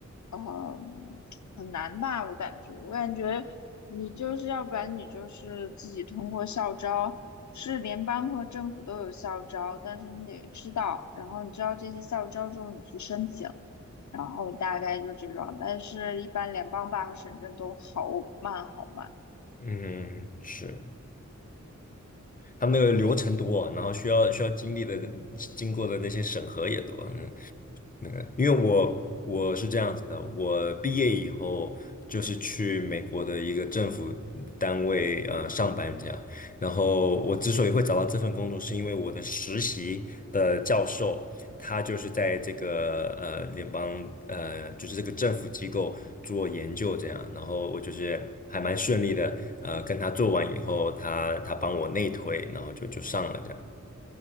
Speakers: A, on the left (about 70°); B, on the left (about 30°).
A: 呃，很难吧？我感觉，我感觉你就是要不然你就是自己通过校招，是联邦和政府都有校招，但是你得知道，然后你知道这些校招之后，你去申请，然后大概就这种，但是一般联邦吧和省政都好慢好慢。
B: 嗯，是他们那个流程多，然后需要需要经历的经过的那些审核也多，嗯。那个，因为我我是这样子的，我毕业以后就是去美国的一个政府单位呃上班这样。然后我之所以会找到这份工作，是因为我的实习的教授他就是在这个呃联邦呃就是这个政府机构做研究这样。然后我就是还蛮顺利的，呃跟他做完以后，他他帮我内推，然后就就上了这样。